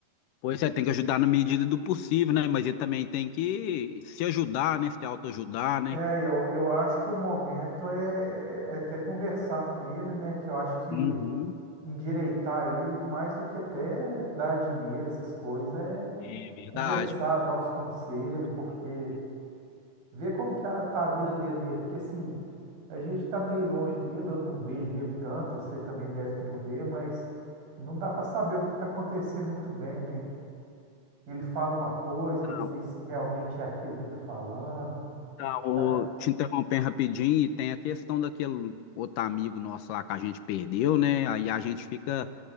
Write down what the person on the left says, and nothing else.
pois é, tem que ajudar na medida do possível, né? Mas ele também tem que se ajudar, né? Se autoajudar, né?
Uhum,
é verdade.
Então,
então, ô,
te interrompendo rapidinho, e tem a questão daquele outro amigo nosso lá que a gente perdeu, né? Aí a gente fica